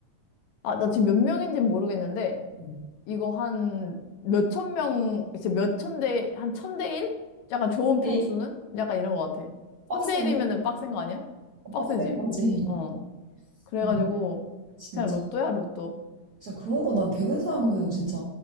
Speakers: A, on the left; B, on the right.
A: 아, 나 지금 몇 명인지는 모르겠는데,
B: 음.
A: 이거 한 몇천 명, 이제 몇천 대, 한 천 대 일? 약간 좋은 평수는?
B: 에?
A: 약간 이런 것 같아.
B: 빡세네.
A: 천 대 일이면은 빡센 거 아니야?
B: 어,
A: 빡세지?
B: 빡센 거지.
A: 어.
B: <laughs>
A: 그래가지고,
B: 응 진짜.
A: 그냥 로또야, 로또.
B: 진짜 그런 거 난 되는 사람들은 진짜